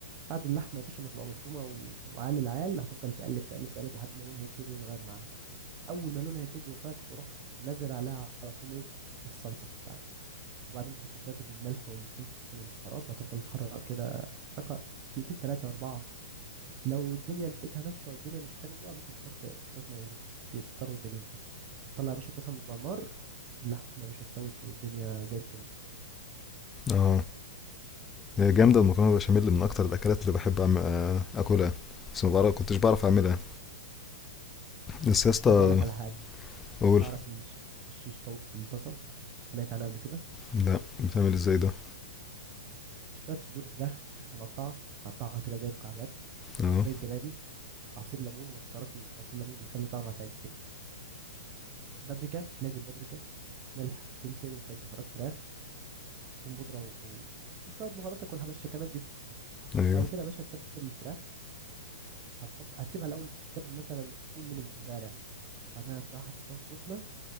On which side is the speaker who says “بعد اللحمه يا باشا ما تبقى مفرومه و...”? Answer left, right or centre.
Right